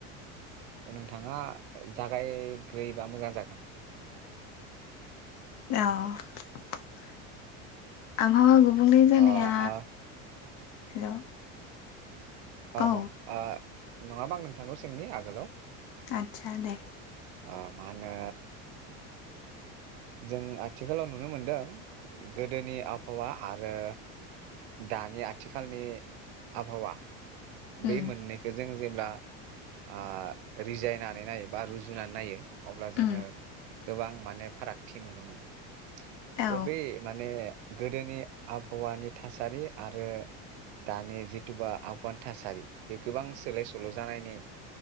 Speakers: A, on the right; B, on the left.
A: नोंथाङा जागायग्रोयोबा मोजां जागोन।
B: औ आबहावा गुबुंले जानाया
A: ओ ओ
B: हेलौ
A: अ
B: औ
A: बुं आ नङाबा आं नोंथाखौ सोंनि आगोलाव
B: आदसा दे
A: अ मा होनो जों आथिखालाव नुनो मोनदों गोदोनि आबहावा आरो दानि आथिखालनि आबहावा
B: उम
A: बे मोननैखो जों जेब्ला आ रिजायनानै नायो बा रुजुनानै नायो अब्ला जोङो
B: उम
A: गोबां माने फारागथि नुनो मोनो।
B: औ
A: ओ बे माने गोदोनि आबहावानि थासारि आरो दानि जिथुुबा आबहावानि थासारि बे गोबां सोलाय सोल' जानायनि